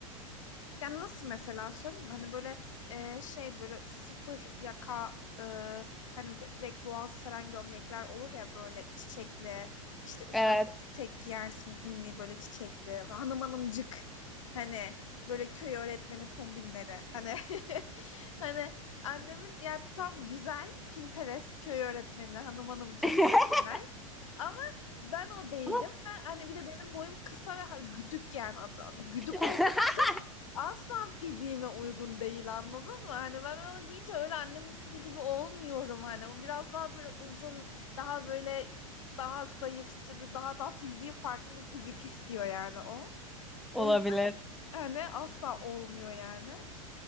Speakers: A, on the left; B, in the centre.
A: Yani nasıl mesela söyleyeyim hani böyle e, şey böyle sıfır yaka e, hani böyle direkt boğazı saran gömlekler olur ya böyle çiçekli işte üstüne
B: Evet.
A: çiçek giyersin mini böyle çiçekli hanım hanımcık hani böyle köy öğretmeni kombinleri hani <laughs> hani annemin ya tam güzel Pinterest köy öğretmeni hanım hanımcık
B: <laughs>
A: kombinler ama ben o değilim
B: Ama-
A: ben hani bir de benim boyum kısa ve ha- güdük yani adı- adı- güdük
B: <laughs>
A: olduğum için asla fiziğime uygun değil anladın mı? Hani ben onu giyince öyle annemin istediği gibi olmuyorum hani. O biraz daha böyle uzun, daha böyle daha zayıf, işte bir daha daha fiziği farklı bir fizik istiyor yani o.
B: Olabilir.
A: O yüzden hani asla olmuyor yani.